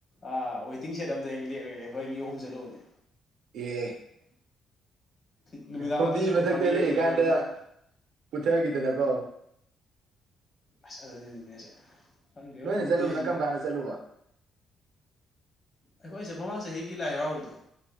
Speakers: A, on the left; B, on the right.
A: ꯑ ꯋꯦꯇꯤꯡ ꯁꯦꯠ ꯑꯝꯗ ꯍꯦꯛ ꯂꯦꯛꯑꯦ ꯑꯩꯈꯣꯏ ꯃꯤ ꯑꯍꯨꯝ ꯆꯠꯂꯨꯕꯅꯦ
B: ꯌꯦ
A: ꯅꯨꯃꯤꯗꯥꯡ
B: ꯐꯨꯝꯗꯤ
A: ꯑꯗꯨꯁꯨ
B: ꯃꯊꯛꯇ
A: ꯐꯥꯒꯤ ꯑꯣꯏ
B: ꯂꯦꯛꯏꯀꯥꯟꯗ
A: ꯀꯔꯤ ꯑꯣꯏ ꯅꯣ
B: ꯄꯨꯊꯈꯤꯗꯅꯀꯣ
A: ꯑꯁ ꯑꯗꯨꯅꯅꯤꯅꯦꯁꯦ ꯈꯪꯗꯦꯕꯣ
B: ꯅꯣꯏꯅ
A: ꯐꯨꯝꯗꯤꯁꯤ
B: ꯆꯠꯂꯨꯕꯅ ꯀꯔꯝ ꯀꯥꯟꯗ ꯆꯠꯂꯨꯕ
A: ꯑꯩꯈꯣꯏꯆꯠ ꯃꯃꯥꯡ ꯆꯍꯤ ꯒꯤ ꯂꯥꯏꯍꯔꯥꯎꯕꯗꯨ